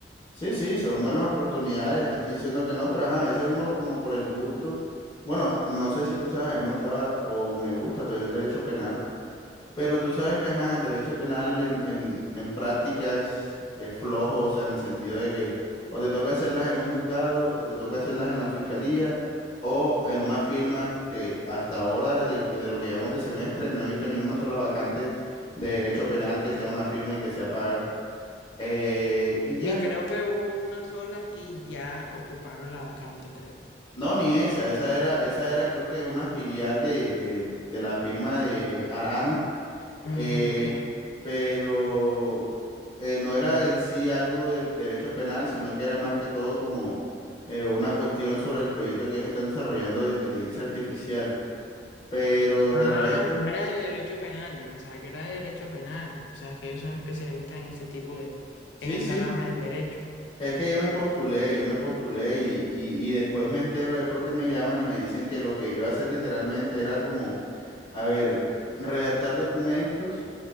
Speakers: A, on the left (about 25°); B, on the left (about 80°).
A: Sí, sí, son buenas oportunidades, no estoy diciendo que no, pero ajá, a veces uno como por el gusto, bueno, no sé si tú sabes, a mí me gustaba o me gusta todavía el derecho penal. Pero tú sabes que, ajá, el derecho penal en, en, en prácticas es flojo, o sea, en el sentido de que o te toca hacerlas en un juzgado, o te toca hacerlas en la fiscalía, o en una firma que hasta ahora, de, de lo que llamamos de semestre, no he visto ninguna sola vacante de derecho penal que sea una firma y que sea paga. Eh, y ya,
B: Y creo que hubo una sola y ya ocuparon la vacante, creo.
A: no, ni esa, esa era, esa era creo que una filial de, de, de la firma de Arana
B: Ujú.
A: eh, pero eh, no era en sí algo de derecho penal, sino que era más que todo como eh, una cuestión sobre el proyecto que ellos están desarrollando de inteligencia artificial. Pero de
B: Ah,
A: resto,
B: no era de derecho penal, yo pensaba que era de derecho penal, o sea, es que ellos son especialistas en ese tipo de,
A: sí,
B: en esa
A: sí,
B: rama del derecho.
A: es que yo me postulé, yo me postulé y, y, y después me entero, es porque me llaman y me dicen que lo que iba a hacer literalmente era como, a ver, redactar documentos